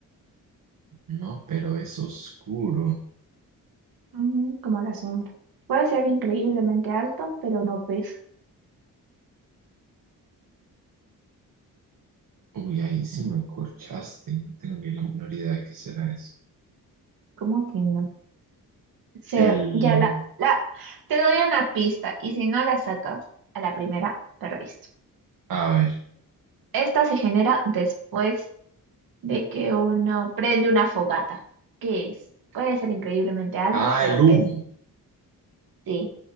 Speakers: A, on the right; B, on the right.
A: No, pero es oscuro.
B: Ujú, como la sombra. Puede ser increíblemente alto, pero no pesa.
A: Uy, ahí sí me corchaste. No tengo ni la menor idea de qué será eso.
B: ¿Cómo que no? Se,
A: El...
B: ya la, la, te doy una pista y si no la sacas a la primera, perdiste.
A: A ver.
B: Esta se genera después de que uno prende una fogata. ¿Qué es? Puede ser increíblemente alto,
A: Ah,
B: pero
A: el
B: pesa.
A: humo.
B: Sí,